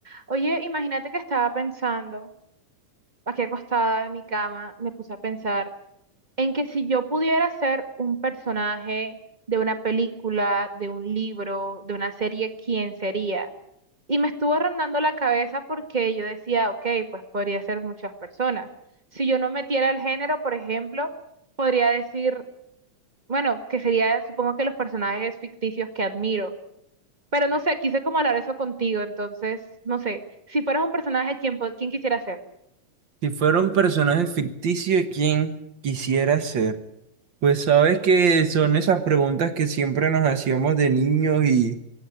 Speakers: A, on the right (about 25°); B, on the right (about 50°).
A: Oye, imagínate que estaba pensando, aquí acostada en mi cama, me puse a pensar en que si yo pudiera ser un personaje de una película, de un libro, de una serie, ¿quién sería? Y me estuvo rondando la cabeza porque yo decía, ok, pues podría ser muchas personas. Si yo no metiera el género, por ejemplo, podría decir, bueno, que sería, supongo que los personajes ficticios que admiro. Pero no sé, quise como hablar eso contigo, entonces, no sé, si fueras un personaje, ¿quién, po- quién quisiera ser?
B: Si fuera un personaje ficticio, ¿quién quisiera ser? Pues sabes que son esas preguntas que siempre nos hacíamos de niños y,